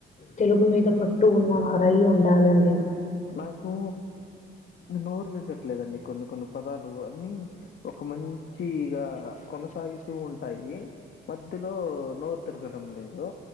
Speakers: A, on the left; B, on the left.
A: తెలుగు మీద పట్టు ఉన్న వారై ఉండాలండి
B: నాకు నోరు తీర్గట్లేదండి కొన్ని కొన్ని పదాలు అన్ని ఒక మంచిగా కొనసాగుతూ ఉంటాయి మధ్యలో నో తిరగడం లేదు